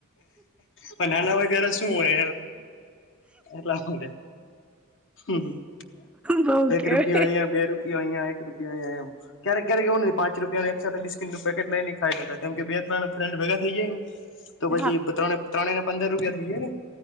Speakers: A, on the left (about 55°); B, in the centre.
A: પણ નાના હોય ત્યારે શું હોય એટલા માટે હમ
B: બઉ
A: એક
B: કેવાય
A: રૂપિયો અહિયાયા બે રૂપિયો અહીયાયા એક રૂપયો અયા એમ ક્યારેક ક્યારેક એવું નથી પાચ રૂપયો એક સાથે બીસ્કીટ પેકેટ લઈને ખાઈ લેતા કેમ કે બે ત્રણ ફ્રેન્ડ ભગા થઈ જાય ને તો પછી
B: હા
A: ત્રણે ત્રણે પંદર રૂપિયા થઈએે ને